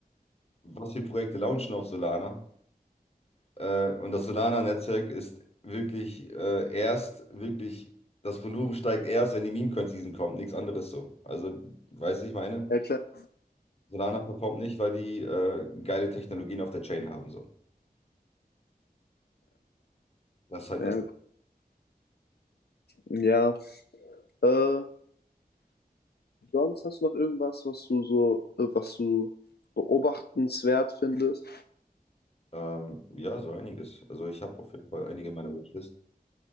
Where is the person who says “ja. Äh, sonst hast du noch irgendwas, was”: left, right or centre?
Left